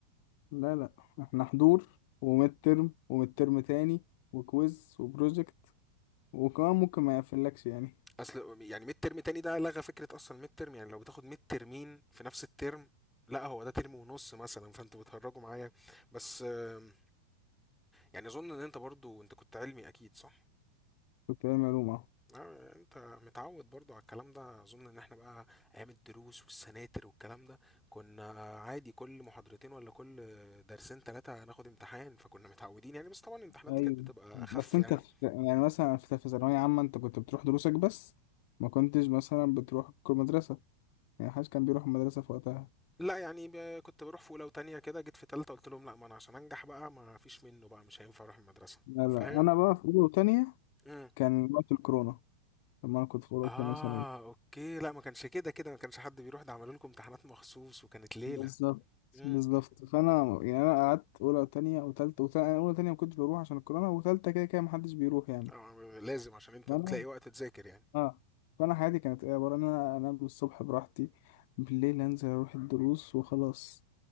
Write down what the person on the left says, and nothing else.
لا لا احنا حضور وميد ترم وميد ترم تاني وكويز وبروجكت وكمان ممكن ما يقفلكش يعني
كنت بعمل معلومة أهو.
ايوه
بس
انت
في يعني مثلا في في ثانوية عامة انت كنت بتروح دروسك بس ما كنتش مثلا بتروح كل مدرسة يعني محدش كان بيروح المدرسة في وقتها
لا لا
انا بقى في اولى وتانية
كان وقت الكورونا لما انا كنت في اولى
وتانية ثانوي
بالظبط
بالظبط فانا يعني انا قعدت اولى وتانية وتالتة وتالتة اولى وتانية ما كنتش بروح عشان الكورونا وتالتة كده كده محدش بيروح يعني
فانا
اه فانا حياتي كانت ايه عباره ان انا انام الصبح براحتي بالليل انزل اروح الدروس وخلاص